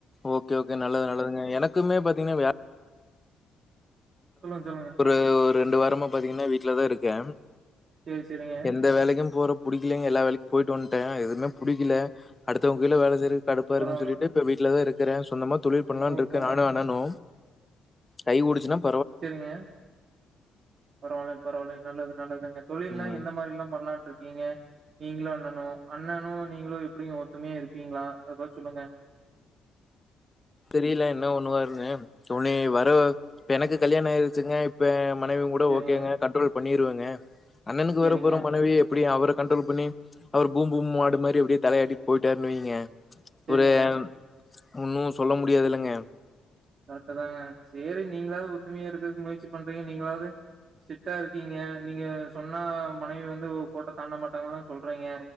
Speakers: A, on the left; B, on the right.
A: ஓகே ஓகே நல்லது நல்லதுங்க எனக்கு க்குமே பாத்திங்ன வேல
B: சொல்லுங்க சொல்லுங்க
A: ஒரு ரெண்டு வாரமா பாத்தீங்கன்னா வீட்டுல தான் இருக்கேன்
B: சேரி சேரிங்க
A: எந்த வேலைக்கும் போற புடிக்கலங்க எல்லா வேலைக்குக்கும் போயிட்டு வந்ட்டேன் எதுவுமே புடிக்கல அடுத்தவங்க கைல வேலை செய்றதுக்கு கடுப்பா இருக்குன்
B: பரவாயில்லைங்க.
A: சொல்லிட்டு இப்ப வீட்டுல தான் இருக் இருக்கற சொந்தமா ஒரு தொழில் பண்ணலானுருக்க
B: ஓகேங்க.
A: நானு அண்ணனு கை ஒடிச்சினம்
B: செரிங்க பரவாயிலிங் பரவாயிலிங்க நல்லது நல்லது ங்க தொழில்லா
A: ம்.
B: எந்த மாரி லா பண்லாம்ட்டு இருக்கீங்க நீங்களு அண்ணனு அண்ணனு நீங்களு எப்டிங்க ஒத்துமையா இருப்பீங்களா அத பாத்து சொல்லுங்க
A: தெரியல என்ன பண்ணுவாருன்னு உனே வர எனக்கு கல்யாண ஆயிருச்சுங்க இப்ப மனைவியு கூட
B: சரிங்க,
A: ஓகேங்க கண்ரோல் பண்ணிருவங் ஹ அண்ணனுக்கு
B: சரிங்க,
A: வரப்போற மனவிய எப்டி அவர கண்ட்ரோல் பண்ணி ச்சு அவர் பூம் பூம் மாடு மாறி அப்டியே தலையாட்டிட்டு போயிட்டாருனு வைய்ங்க
B: சரிங்க.
A: ஒரேய ஒன்னோஸ் சொல்ல முடியாது இல்லங்க
B: கரெக்ட் தாங்க செரி நீங்களாவது ஒத்துமையா இருக்கதுக்கு முயற்சி பண்றீங்க நீங்களாவது ஸ்ட்ரிக்டா இருக்கீங்க நீங்க சொன்னா மனைவி வந்து கோட்ட தாண்ட மாட்டாங்கல்லா சொல்றைங்க